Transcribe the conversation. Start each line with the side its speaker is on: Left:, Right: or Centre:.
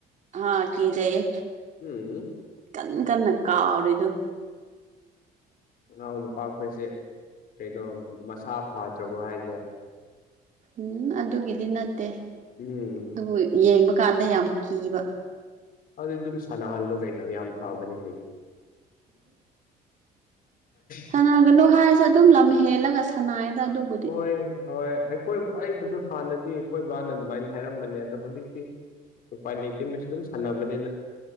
Right: ꯍꯥꯥ ꯀꯤꯖꯩꯌꯦ
Left: ꯎꯝ
Right: ꯀꯟ ꯀꯟꯅ ꯀꯥꯎꯔꯤꯗꯨ
Left: ꯅꯅꯥꯎ ꯅꯨꯄꯥꯈꯣꯏꯁꯦ ꯀꯩꯅꯣ ꯃꯁꯥ ꯐꯥꯗ꯭ꯔꯕꯣ ꯍꯥꯏꯖꯦ
Right: ꯎꯝ ꯑꯗꯨꯒꯤꯗꯤ ꯅꯠꯇꯦ
Left: ꯎꯝ
Right: ꯗꯨꯕꯨ ꯌꯦꯡꯕ ꯀꯥꯟꯗ ꯌꯥꯝ ꯀꯤꯕ
Left: ꯑꯗꯨꯗꯤ ꯗꯨꯝ ꯁꯥꯟꯅꯍꯜꯂꯣ ꯀꯩꯅꯣ ꯌꯥꯝ ꯐꯕꯅꯤ ꯀꯩꯅꯣ <unintelligible>
Right: ꯁꯅꯥꯒꯅꯣ ꯍꯥꯏꯔꯁꯨ ꯑꯗꯨꯝ ꯂꯝ ꯍꯦꯜꯂꯒ ꯁꯥ ꯁꯅꯥꯌꯦꯗ ꯑꯗꯨꯕꯨ
Left: ꯍꯣꯏ ꯗ ꯑꯣꯏ ꯑꯩꯈꯣꯏꯕꯨ ꯑꯩꯕꯨꯁꯨ ꯍꯥꯟꯅꯗꯤ ꯈꯣꯏ ꯕꯥꯅ ꯑꯗꯨꯃꯥꯏꯟ ꯍꯥꯏꯔꯝꯕꯅꯦ ꯑꯗꯣ ꯍꯧꯖꯤꯛꯇꯤ ꯎꯄꯥꯥꯏ ꯂꯩꯇꯦ ꯃꯁꯤ ꯗꯨꯝ ꯁꯥꯟꯅꯕꯅꯤꯅ